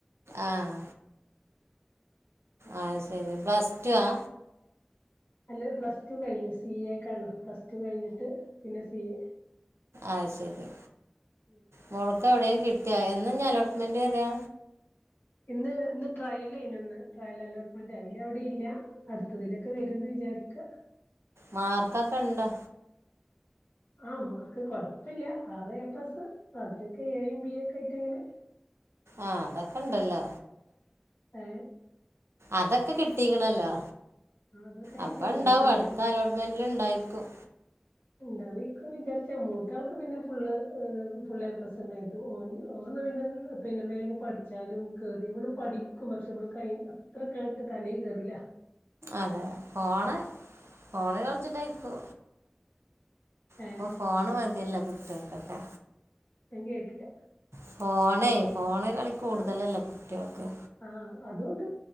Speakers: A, on the right; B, on the left.
A: ആഹ് ആ ശരി പ്ലസ്ടു ആ
B: അല്ല പ്ലസ് ടു കഴിഞ്ഞു സി എക്കാണ് പ്ലസ് ടു കഴിഞ്ഞിട്ട് പിന്നെ സി എ
A: അഹ് ശരി
B: ഉം
A: മോൾക്ക് എവിടെ എങ്കിലും കിട്ടിയോ എന്നാഞ്ഞ് അലോട്ട്മെന്റ് വരാ
B: ഇന്ന് ഇന്ന് ട്രയല ഇതിനൊന്ന് ട്രയൽ അലോട്ട്മെന്റ് അതിൽ എവിടെ ഇല്ല അടുത്തതിലൊക്കെ വരും ന്ന് വിചാരിക്ക
A: മാർക്കൊക്കെ ഇണ്ടോ
B: ആഹ് മാർക്ക് കൊഴപ്പമില്ല ആറ് എ പ്ലസ് ബാക്കിക്കെ എയും ബി എ ഒക്കെ ആയിട്ട് അങ്ങനെ
A: ആഹ അതൊക്കെ ഇണ്ടല്ലോ
B: ഏ
A: അതൊക്കെ കിട്ടീക്കണല്ലോ
B: അതൊക്കെ കിട്ടി
A: അപ്പൊ
B: കുഴപ്പില്ല
A: ഉണ്ടാവും അടുത്ത അലോട്ട്മെന്റ് എല്ല ഇണ്ടായ്ക്കും
B: ഉണ്ടാവെക്കുന്ന് വിചാരിച്ച മൂത്താൾക്ക് പിന്നെ ഫുള് ഹെ ഫുള് ഏപസ്ണ്ടായിട്ടു ഓൻ ഓന്നപിന്നെ നി പിന്നെ വേഗം പഠിച്ചാലും കയറി ഇവളും പഠിക്കും പക്ഷെ ഇവൾ ക അത്ര കേട്ട് തലൽ കയറില്ല
A: അതെ ഫോണ് ഫോണിൽ കളച്ചിട്ടായിരിക്കു
B: ഏഹ്
A: ഇപ്പൊ ഫോണ് മതിയല്ലോ കുട്ടികൾക്കൊക്കെ
B: ഞാൻ കേട്ടില്ല
A: ഫോണ ഫോണ് കളി കൂടുതലല്ലേ
B: ആഹ
A: കുട്ടികൾക്ക്
B: ആഹ അതുണ്ട്